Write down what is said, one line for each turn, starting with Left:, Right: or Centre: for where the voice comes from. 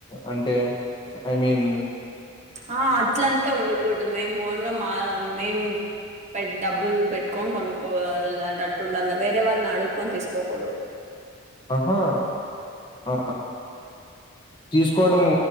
Left: అంటే ఐ మీన్
Right: ఆ అట్లంతా ఉండకూడదు మేం ఓన్గా మా మేం పె డబ్బులు పెట్టుకొని కొనుక్కోవాలంటట్టుండాలి వేరే వాళ్ళని అడుక్కకొని తీసుకోకూడదు
Left: ఆహా ఆ తీసుకోవడం